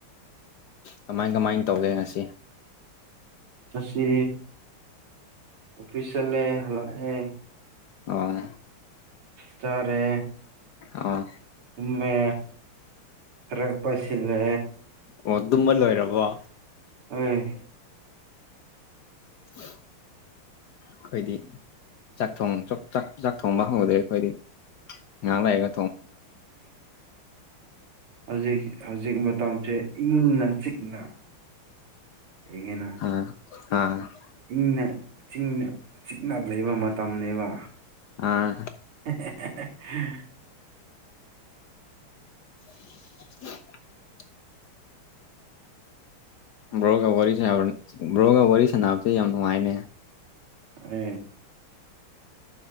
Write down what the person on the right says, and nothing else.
ꯉꯁꯤ ꯑꯣꯐꯤꯁ ꯆꯠꯂꯦ ꯍꯜꯂꯛꯑꯦ
ꯆꯥꯔꯦ
ꯃꯦ ꯈꯔ ꯄꯥꯏꯁꯤꯜꯂꯦ
ꯑꯣꯏ
ꯍꯧꯖꯤꯛ ꯍꯧꯖꯤꯛ ꯃꯇꯝꯁꯦ ꯏꯪꯅ ꯆꯤꯛ ꯅ ꯏꯉꯦꯅ
ꯏꯪꯅ ꯆꯤꯡꯅ ꯆꯤꯛꯅ ꯂꯩꯕ ꯃꯇꯝꯅꯦꯕ
<unintelligible>
ꯑꯦ